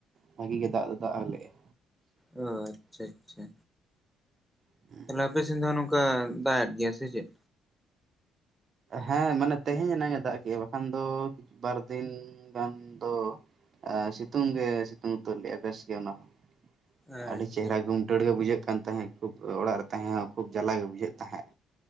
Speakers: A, on the right; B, in the centre.
A: ᱵᱷᱟᱜᱤ ᱜᱮ ᱫᱟᱜ ᱫᱚ ᱫᱟᱜ ᱞᱮᱜᱼᱟᱭ᱾
B: ᱚ ᱟᱪᱪᱷᱟ ᱟᱪᱪᱷᱟ᱾
A: <inaudible>
B: ᱛᱟᱦᱞᱮ ᱟᱯᱮ ᱥᱮᱱ ᱫᱚ ᱱᱚᱝᱠᱟ ᱫᱟᱜ ᱮᱫ ᱜᱮᱭᱟ ᱥᱮ ᱪᱮᱫ?
A: ᱦᱮᱸ ᱢᱟᱱᱮ ᱛᱮᱦᱮᱧ ᱮᱱᱟᱝ ᱮ ᱫᱟᱜ ᱠᱮᱜᱼᱟ ᱵᱟᱠᱷᱟᱱ ᱫᱚ ᱵᱟᱨ ᱫᱤᱱ ᱜᱟᱱ ᱫᱚ ᱮ ᱥᱤᱛᱩᱝ ᱜᱮ ᱥᱤᱛᱩᱝ ᱩᱛᱟᱹᱨ ᱞᱮᱜᱼᱟ ᱵᱮᱥ ᱜᱮ ᱚᱱᱟ ᱦᱚᱸ᱾
B: ᱟᱪᱪᱷᱟ
A: ᱟᱹᱰᱤ ᱪᱮᱦᱨᱟ ᱜᱩᱢᱴᱟᱹᱲ ᱜᱮ ᱵᱩᱡᱷᱟᱹᱜ ᱠᱟᱱ ᱛᱟᱦᱮᱸᱜ ᱠᱷᱩᱵ ᱚᱲᱟᱜ ᱨᱮ ᱛᱟᱦᱮᱸ ᱦᱚᱸ ᱠᱷᱩᱵ ᱡᱟᱞᱟ ᱜᱮ ᱵᱩᱡᱷᱟᱹᱜ ᱛᱟᱦᱮᱸᱜ᱾